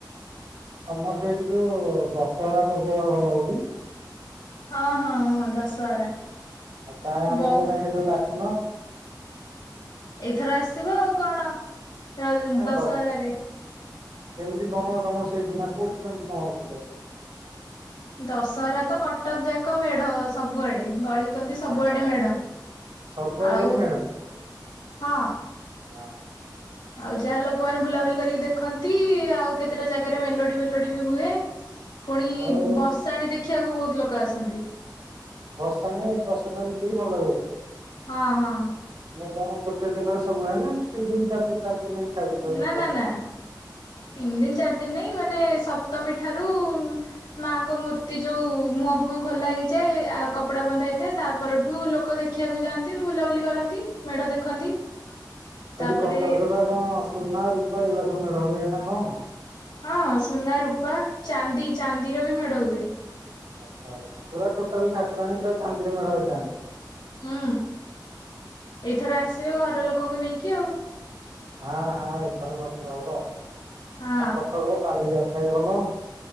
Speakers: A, on the right (about 80°); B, on the left (about 85°).
A: ତମର ସେଇଠି ଯୋଉ ଦଶହରା ପର୍ବ ବା ଭଲ ହଉଚି?
B: ହଁ ହଁ ହଁ ଦଶହରା।
A: କାଇଁ ଆମକୁ
B: ବହୁତ
A: ତ କାଇଁ କେତବେଳେ ଡାକୁୁନ।
B: ଏଇଥର ଆସିବ ଆଉ କଣ ଦ
A: ଆ
B: ଦଶହରା
A: ଦଶ
B: ରେ।
A: କେମିତି କଣ ତମର ସେ ଦିନା କୋଉଠି କେମିତି କଣ ହଉଚି କହି
B: ଦଶହରା ତ କଟକ ଯାକ ମେଢ ସବୁଆଡେ ଗଳି କନ୍ଦି ସବୁଆଡେ
A: ଆଚ୍ଛା।
B: ମେଢ
A: ସବୁବେଳେ
B: ଆଉ
A: ଖାଲି
B: ହଁ
A: ହଁ।
B: ଆଉ ଯାହା ଲୋକମାନେ ବୁଲାବୁଲି କରିକି ଦେଖନ୍ତି ଆଉ କେତେଟା ଯାଗାରେ ମେଲୋଡି ଫେଲୋଡି ବି ହୁଏ। ଫୁଣି
A: ଆଉ
B: ବସାଣି ଦେଖିଆକୁ ବହୁତ ଲୋକ ଆସନ୍ତି।
A: ଭସାଣି ପ୍ରଶେସନ୍ ବି ଭଲ।
B: ହଁ ହଁ।
A: ହେଲେ କଣ ଗୋଟେ ଦିନରେ ସବୁ ହେଲା ତିନ୍ ଦିନି ଚାର୍ ଦିନି ପାଞ୍ଚ୍ ଦିନି ଏମିତି ସବୁ। ଛାଡି
B: ନା
A: ପ୍ରସେସନ
B: ନା ନା ତିନି୍ ଦିନି୍ ଚାର୍ ଦିନି୍ ନାଇଁ ମାନେ ସପ୍ତମୀ ଠାରୁ ମାଆଙ୍କ ମୂର୍ତ୍ତି ଯୋଉ ମୁହଁ ଫୁହଁ ଖୋଲା ହେଇଯାଏ ଆଉ କପଡା ବନ୍ଧା ହେଇଥାଏ ତା ପରଠୁ ଲୋକ ଦେ ଦେଖିବାକୁ ଯାଆନ୍ତି ବୁଲାବୁଲି କରନ୍ତି ମେଢ ଦେଖନ୍ତି।
A: ସେଠି
B: ତାପରେ
A: କଟକରେ ବା କଣ ସୁନା ରୂପା ଏଇଗୁଡା ସବୁ ମେଢ ହୁଏ ନା କଣ?
B: ହଁ ସୁନା ରୂପା ଚାନ୍ଦି ଚାନ୍ଦିର ବି ମେଢ ହୁଏ।
A: ଆଚ୍ଛା ଆଚ୍ଛା ପୁରା ଟୋଟାଲ ଠାକୁରାଣୀ ପୁରା ଚାନ୍ଦୀରେ ମେଢ ହେଇଥାନ୍ତି।
B: ହୁଁ ଏଇଥର ଆସିବ ଘର ଲୋକଙ୍କୁ ନେଇକି ଆଉ।
A: ହାଁ ହାଁ ଏଥର ନଗଲେ ହବ ଆ
B: ହଁ
A: କଟକର କଲି ଯାତ୍ରା ବି ଭଲ।